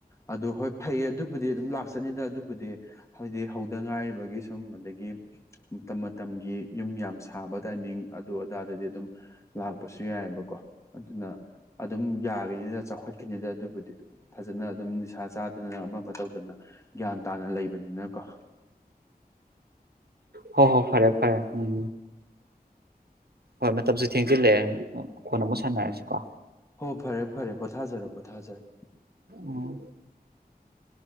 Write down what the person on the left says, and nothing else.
ꯑꯗꯨ ꯍꯣꯏ ꯐꯩꯌꯦ ꯑꯗꯨꯕꯨꯗꯤ ꯑꯗꯨꯝ ꯂꯥꯛꯆꯅꯤꯗ ꯑꯗꯨꯕꯨꯗꯤ ꯍꯧꯗꯤ ꯍꯧꯗ ꯉꯥꯏꯔꯤꯕꯒꯤ ꯁꯨꯝ ꯑꯗꯒꯤ ꯃꯇꯝ ꯃꯇꯝꯒꯤ ꯌꯨꯝ ꯌꯥꯝ ꯁꯥꯕ ꯇꯥꯏꯃꯤꯡ ꯑꯗꯨ ꯑꯗꯥꯗꯗꯤ ꯑꯗꯨꯝ ꯂꯥꯛꯄꯁꯨ ꯌꯥꯏꯑꯦꯕꯀꯣ ꯑꯗꯨꯅ ꯑꯗꯨꯝ ꯌꯥꯈꯤꯅꯤꯗ ꯆꯥꯎꯈꯠꯈꯤꯅꯤꯗ ꯑꯗꯨꯕꯨꯗꯤ ꯐꯖꯅ ꯑꯗꯨꯝ ꯅꯤꯁꯥ ꯆꯥꯗꯅ ꯑꯃ ꯑꯃ ꯇꯧꯗꯅ ꯒ꯭ꯌꯥꯟ ꯇꯥꯅ ꯂꯩꯕꯅꯤꯅꯀꯣ
ꯍꯣ ꯐꯔꯦ ꯐꯔꯦ ꯄꯣꯊꯥꯖꯔꯣ ꯄꯣꯊꯥꯖꯔꯣ